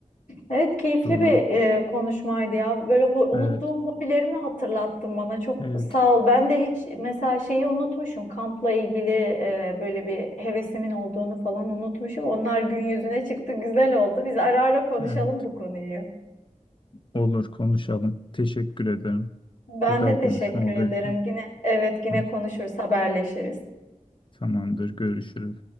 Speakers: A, on the left (about 75°); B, on the left (about 40°).
A: Evet keyifli
B: doğru.
A: bir e, konuşmaydı ya. Böyle ho- unuttuğum
B: Evet
A: hobilerimi hatırlattın bana. Çok
B: evet
A: sağ ol. Ben de hiç mesela şeyi unutmuşum. Kampla ilgili e, böyle bir hevesimin olduğunu falan unutmuşum. Onlar gün yüzüne çıktı. Güzel oldu. Biz ara ara konuşalım
B: evet
A: bu konuyu.
B: olur konuşalım. Teşekkür ederim.
A: Ben
B: Güzel
A: de teşekkür
B: konuşma oldu.
A: ederim. Yine evet yine
B: Tamam-
A: konuşuruz, haberleşiriz.
B: Tamamdır görüşürüz.